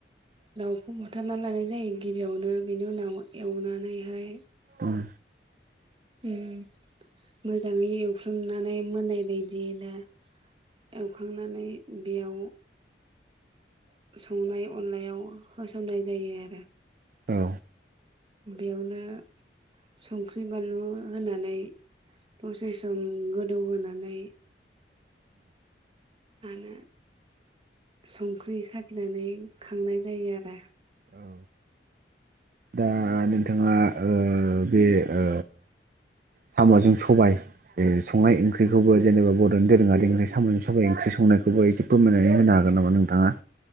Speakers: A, on the right; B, on the right.
A: दाउखौ बुथारना लानाय जायो गिबियावनो बिनि उनाव एवनानैहाय
B: उम
A: ओम मोजाङै एवफ्रामनानै मोनाय बायदिनो एवखांनानै बेयाव संनाय अनलायाव होसननाय जायो आरो
B: औ
A: बेयावनो संख्रि बानलु होनानै दसे सम गोदौ होनानै मानो संख्रि साखिनानै खांनाय जायो आरो
B: औ दा नोंथाङा ओ बे ओ सामजों सबाय संनाय ओंख्रिखौबो जेनेबा बर'नि दोरोङारि ओंख्रि सामजों सबाइ ओंख्रि संनायखौबो एसे फोरमायनानै होनो हागोन नामा नोंथाङा।